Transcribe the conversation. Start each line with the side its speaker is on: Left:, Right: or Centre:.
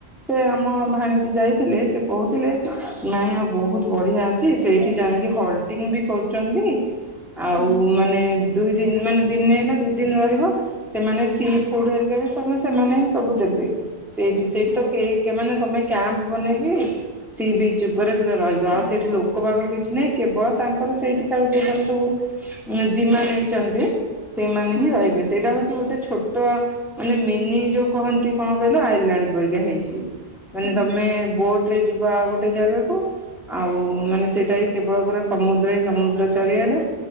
Centre: ସେ ଆମ
Right: ହୁଁ
Centre: ଭାଣିଜୀ ଯାଇଥିଲେ ସେ କହୁଥିଲେ ନାଇଁ ଆଉ ବହୁତ ବଢ଼ିଆ ଅଛି ସେଇଠି ଯାଇକି ହଲ୍ଟିଙ୍ଗ ବି କରୁଛନ୍ତି। ଆଉ
Right: ହୁଁ
Centre: ମାନେ ଦୁଇ ଦିନ ମାନେ ଦିନେ ନା ଦି ଦିନ ରହିବ। ସେମାନେ ସିପ ଫୁଡ ହେରିକା ବି ସେମାନେ ହିଁ ସବୁ ଦେବେ। ସେଇଠି ସେଇଠି
Right: ହୁଁ
Centre: ତ କେହି ମାନେ ତମେ କ୍ୟାମ୍ପ ବନେଇକି। ସି ବିଚ୍ ଉପରେ ପୁରା ରହିବ ଆଉ
Right: ହୁଁ
Centre: ସେଇଠି ଲୋକ ଭାଗ କିଛି ନାହିଁ କେବଳ ତାଙ୍କର ସେଇଠିକାର ସେମାନେ ସବୁ ଜିମା ନେଇଛନ୍ତି। ସେମାନେ
Right: ହୁଁ
Centre: ହିଁ ରହିବେ ସେଇଟା ହଉଛି ଗୋଟେ ଛୋଟ ମାନେ ମିନି ଯୋଉ କହନ୍ତି କଣ କହିଲ ଆଇଲାଣ୍ଡ ପରିକା ହେଇଛି ମାନେ
Right: ହୁଁ
Centre: ତମେ ବୋଟ ରେ ଯିବା ଆଉ ଗୋଟେ ଜାଗାକୁ ଆଉ ମାନେ ସେଟା ହିଁ କେବଳ ପୁରା ସମୁଦ୍ର ହିଁ ସମୁଦ୍ର ଚାରଆଡେ